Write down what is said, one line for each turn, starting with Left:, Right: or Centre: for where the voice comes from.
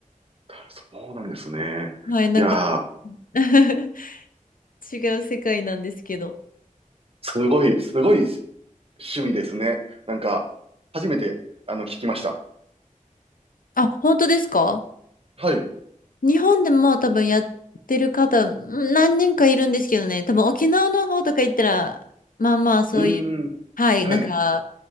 Right: そうなんですね。
Left: はい、なんか
Right: いやー
Left: <laughs> 違う世界なんですけど。
Right: すごい、すごい趣味ですね。なんか、初めて、あの、聞きました。
Left: あ、本当ですか
Right: はい。う
Left: 日本でも多分やってる方、ん何人かいるんですけどね、多分沖縄の方とか行ったら、まあまあそういう、
Right: ーん。
Left: はい、
Right: はい。
Left: なんか、